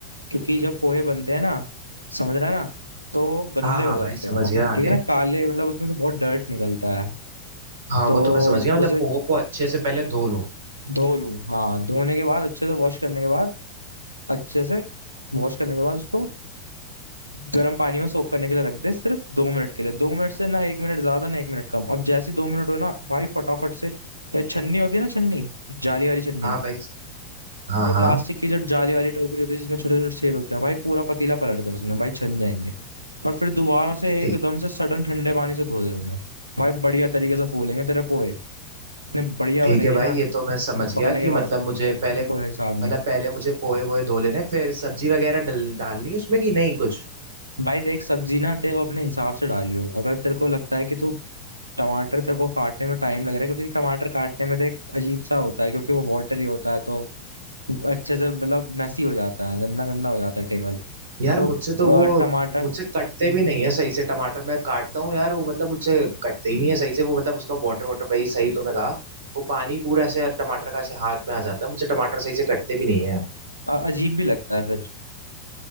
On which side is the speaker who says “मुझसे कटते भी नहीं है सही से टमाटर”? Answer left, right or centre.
Right